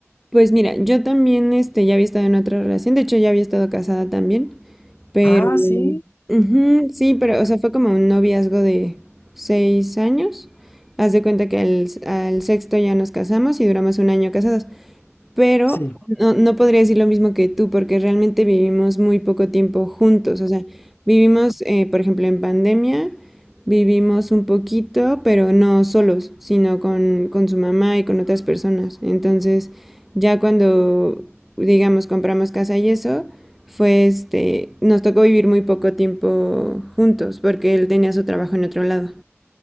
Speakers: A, in the centre; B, on the left (about 50°).
A: Pues mira, yo también este, ya había estado en otra relación, de hecho ya había estado casada también, pero
B: Ah, sí,
A: ujú, sí, pero o sea, fue como un noviazgo de seis años. Haz de cuenta que al, al sexto ya nos casamos y duramos un año casados pero
B: sí,
A: no, no podría decir lo mismo que tú, porque realmente vivimos muy poco tiempo juntos. O sea, vivimos, eh, por ejemplo, en pandemia, vivimos un poquito, pero no solos, sino con, con su mamá y con otras personas. Entonces, ya cuando, digamos, compramos casa y eso, fue este, nos tocó vivir muy poco tiempo juntos, porque él tenía su trabajo en otro lado.